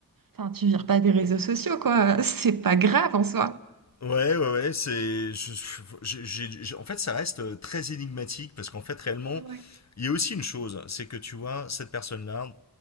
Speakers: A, on the right; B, on the left.
A: Enfin, tu vires pas des réseaux sociaux, quoi. <laughs> C'est pas grave en soi.
B: Ouais, ouais, ouais, c'est. je- je- j'ai- j'ai- En fait, ça reste euh, très énigmatique parce qu'en fait, réellement,
A: Ouais.
B: il y a aussi une chose, c'est que tu vois, cette personne-là,